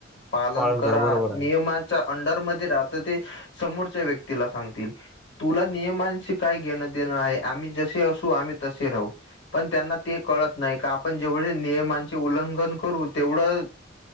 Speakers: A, on the left; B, in the centre.
A: पालन
B: पाळण
A: करा
B: कर बरोबर आहे
A: नियमा च्या अंडरमध्ये राहत ते समोरच्या व्यक्तीला सांगतील. तुला नियमांशी काही घेणं देणं आहे? आम्ही जसे असू आम्ही तसे राहू पण त्यांना ते कळत नाही का आपण जेवढे नियमांचे उल्लंघन करू तेवढं